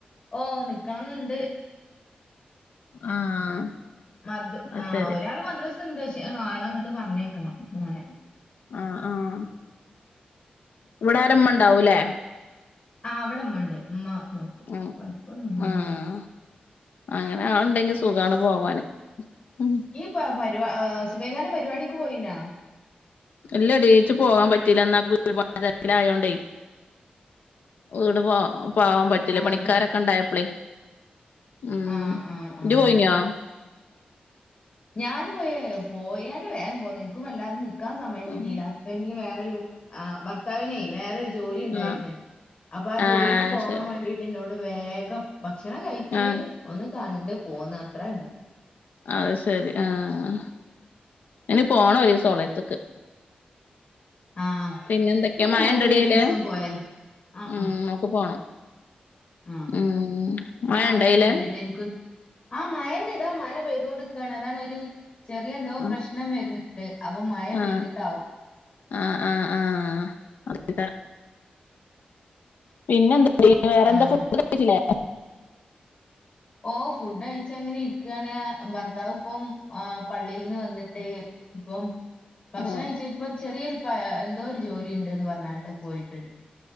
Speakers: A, on the left; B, on the left.
A: ഓഹ് നിക്കണംന്ന്ണ്ട്
B: ആഹ്
A: മദ്
B: അത്
A: ആ
B: ശരി
A: ഒരാള് മദ്രസ് ണ്ട് പക്ഷെ ആളങ്ങട്ട് പറഞ്ഞേക്കണം മോനെ
B: ആഹ് ആഹ് ഇവിടാരാ മ്മ ണ്ടാവൂലെ
A: ആഹ് ഇവിടെ മ്മ ണ്ട് ഇമ്മ നോക്കും
B: ഉം
A: കൊഴപ്പൊന്നുല്ല അവനെക്കൊണ്ട്
B: ആഹ് അങ്ങനെ ആളിന്ടെങ്കി സുഗാണ് പോവാന് ഉം
A: പ പരു ആഹ് സുബൈദന്റെ പരിപാടിക്ക് പോയിനാ
B: ല്ലടീ ച്ചു പോകാൻ പറ്റീല്ല അന്ന വീട്പണി തെരക്കിലായോ ണ്ടേ വീട് പാ പോവാൻ പറ്റീല്ല
A: ആഹ്
B: പണിക്കാരൊക്കെ
A: അത് ശ
B: ണ്ടായപ്പളെ ഉം
A: ആഹ് ആഹ് ആഹ്
B: ഇജ് പോയിന്യോ
A: ഞാന് പോയ്‌ പോയാണ്ട് വേഗം പോന്ന് ഇന്ക്കും വല്ലാത നിക് ക്കാൻ സമയം കിട്ടിയില്ല
B: ആഹ്
A: ഹസ്ബന്റിന് വേറൊരു ആഹ് ഭർത്താവിനെയ് വേറൊരു ജോലി ണ്ടായിരുന്ന്
B: ആഹ്
A: അപ്പൊ ആ ജോലിക്ക്
B: ആഹ്
A: പോവാൻ
B: ശരി
A: വേണ്ടിട്ട് ന്നോട് വേഗം ഭക്ഷണം കഴിച്ച്
B: ആഹ്
A: ഒന്ന് കണ്ട് പോന്ന് അത്രന്നേ
B: അയ് സരി ആഹ് ഇനി പോണം ഒരീസം ഓളെടുത്ത്ക്ക്
A: ആഹ്
B: പിന്നെന്തൊക്കെയാ
A: നമുക്ക്
B: മഴണ്ടോടി
A: എല്ലാർക്കും കൂടി ഒരു
B: ആയിലെ
A: ദിവസം പോയാലോ ആഹ്
B: ഉം
A: ആഹ്
B: മ്മക്ക് പോണം
A: ആഹ്
B: ഉം മഴ
A: ഞാൻ
B: ഇണ്ടോ
A: വിളിക്കണ്ട്
B: അയിലെ
A: ട്ടാ ഇൻക് ആ മയന്നെ ഇതാ മഴ പെയ്തൊണ്ടിക്കാണ് അതാണ് ഒരു ചെറിയ എന്തോ
B: ആഹ്
A: പ്രശ്നം വര്ണ് അപ്പൊ മഴ പെയ്തിട്ടാവും
B: ആഹ് ആഹ് ആഹ് ആഹ് അ <unintelligible> പിന്നെന്താടി വേറെന്താ
A: ആഹ്
B: ഫുഡ് കഴിച്ചില്ലേ
A: ഓഹ് ഫുഡ് കഴിച്ചങ്ങനെ ഇരിക്കണ് ഭർത്താവ് ഇപ്പം ആഹ് പള്ളിയിൽന്ന് വന്നിട്ട് ഇപ്പം ഭക്ഷണം
B: ഏഹ്
A: കയിച് ഇപ്പ ചെറിയൊരു പ എന്തോ ഒരു ജോലി ണ്ട്ന്ന് പറഞ്ഞാണ്ട് പോയിട്ടുണ്ട്